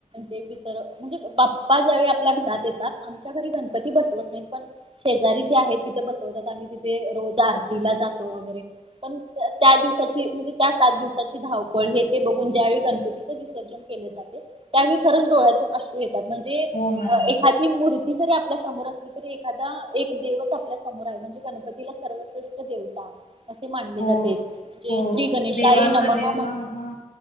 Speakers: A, on the right; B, on the left.
A: ते विसर म्हणजे बाप्पा ज्यावेळी आपल्या घरात येतात. आमच्या घरी गणपती बसवत नाहीत पण शेजारी जे आहे तिथे बसवतात. आम्ही तिथे रोज आरतीला जातो वगैरे पण त्या दिवसाची म्हणजे त्या सात दिवसाची धावपळ, हे ते बघून ज्यावेळी गणपतीचं विसर्जन केले. त्यावेळी खरच डोळ्यात येतात म्हणजे
B: हो मॅम
A: अ एखादी मूर्ती जरी आपल्या समोर असली तरी एखादा एक देवच, आपल्या समोर आहे म्हणजे गणपतीला सर्वश्रेष्ठ देवता. असे मानले
B: हो
A: जाते जे
B: हो
A: श्री गणेशाय
B: देवांचा
A: नमः
B: देव
A: म
B: हा हा